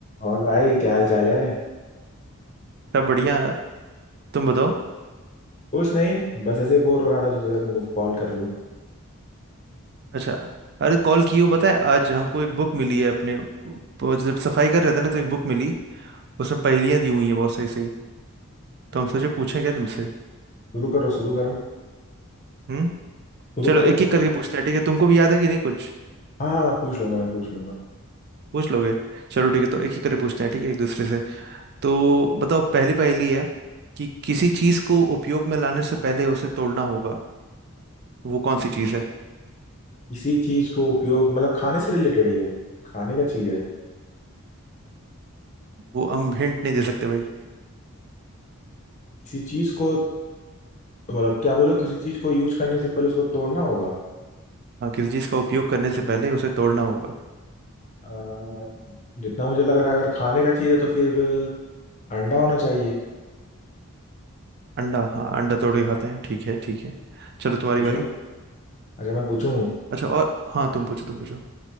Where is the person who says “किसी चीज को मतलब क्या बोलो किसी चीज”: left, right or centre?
Left